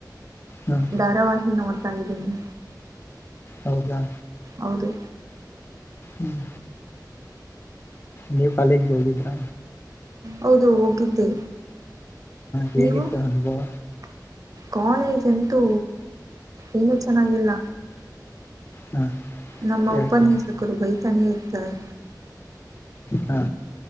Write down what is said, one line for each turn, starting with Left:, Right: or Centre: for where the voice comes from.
Left: ಹ
Right: ಧಾರಾವಾಹಿ ನೋಡ್ತಾ ಇದ್ದೀನಿ
Left: ಹೌದಾ
Right: ಹೌದು
Left: ಹ್ಮ್ ನೀವು ಕಾಲೇಜ್ಗೆ ಹೋಗಿದ್ರಾ
Right: ಹೌದು ಹೋಗಿದ್ದೆ
Left: ಹೇಗಿತು
Right: ನೀವು
Left: ಅನುಭವ
Right: ಕಾಲೇಜ್ ಅಂತೂ ಏನೂ ಚೆನ್ನಾಗಿಲ್ಲ
Left: ಹಾ
Right: ನಮ್ಮ
Left: ಯಾಕೆ
Right: ಉಪನ್ಯಾಸಕರು ಬೈತಾನೆ ಇರ್ತಾರೆ
Left: ಹಾ